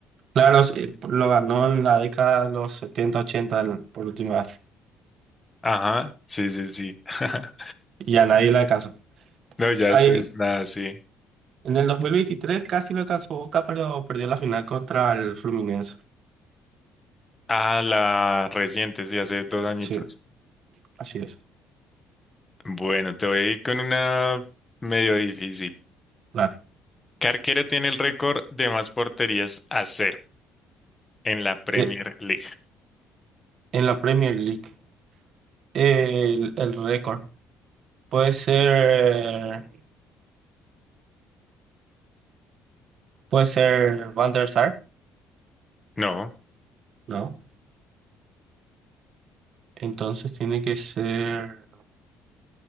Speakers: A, on the right; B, on the left.
A: Claro, sí, lo ganó en la década de los 70 80 el- por última vez.
B: Ajá, sí, sí, sí. <laughs>
A: Y a nadie le alcanzó.
B: No, ya después
A: Ahí,
B: nada, sí.
A: en el 2023 casi lo alcanzó Boca, pero perdió la final contra el Fluminense.
B: Ah, la reciente, sí, hace dos añitos.
A: Sí, así es.
B: Bueno, te voy a ir con una medio difícil.
A: Claro.
B: ¿Qué arquero tiene el récord de más porterías a cero en la Premier
A: De-
B: League?
A: en la Premier League. El, el récord. Puede ser. Puede ser Van der Sar.
B: No,
A: No. Entonces tiene que ser.